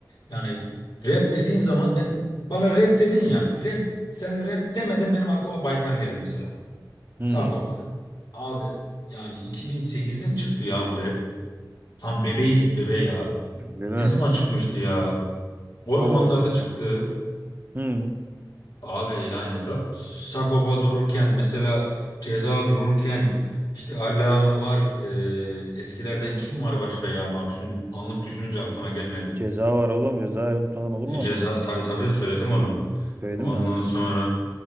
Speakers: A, on the left; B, on the right.
A: Yani rap dediğin zaman ben bana rap dedin ya. Rap sen rap demeden benim aklıma Baytar gelir mesela.
B: Hmm.
A: Sagopa'dan. Abi yani 2008'de mi çıktı ya bu rap? Lan bebeydik bebe ya.
B: Değil mi?
A: Ne zaman çıkmıştı ya? O
B: Çok
A: zamanlarda
B: eskiden.
A: çıktı.
B: Hmm.
A: Abi yani Ra- Sagopa dururken mesela Ceza dururken işte Allame var. e, eskilerden kim var başka ya? Bak şimdi anlık düşününce aklıma gelmedi.
B: Ceza var oğlum. Cezayı unutmadan olur
A: E,
B: mu?
A: Ceza
B: Allah
A: tabii
B: Allah.
A: tabii söyledim onu.
B: Söyledim
A: Ondan
B: mi? ha?
A: sonra